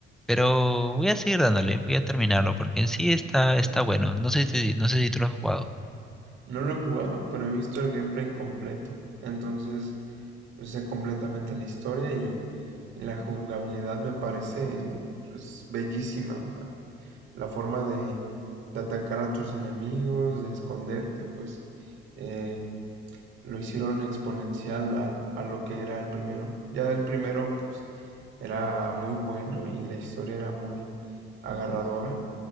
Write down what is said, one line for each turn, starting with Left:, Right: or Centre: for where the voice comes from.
Centre: Pero voy a seguir dándole, voy a terminarlo, porque en sí está, está bueno. No sé si, no sé si tú lo has jugado.
Right: No lo he jugado, pero he visto el gameplay completo. Entonces, usé completamente en la historia y, y la jugabilidad me parece pues bellísima, o sea, la forma de, de atacar a tus enemigos, de esconderte, pues eh, lo hicieron exponencial a, a lo que era el primero. Ya el primero pues era muy bueno y la historia era muy agarradora